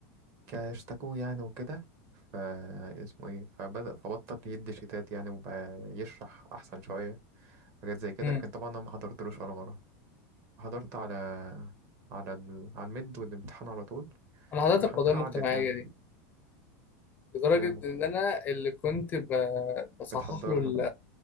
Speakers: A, on the right (about 35°); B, on the left (about 25°).
A: كا- اشتكوه يعني وكده فا اسمه ايه فبدأ فبطل يدي شيتات يعني وبقى يشرح احسن شويه حاجات زي كده
B: امم
A: لكن طبعا انا ما حضرتلوش ولا مره حضرت على على ال... على الميد والامتحان على طول
B: انا حضرت
A: والحمد
B: القضايا
A: لله
B: المجتمعية
A: عدت يعني
B: دي لدرجة
A: كلامك
B: ان انا اللي كنت ب... بصحح
A: بتحضرنا
B: له ال...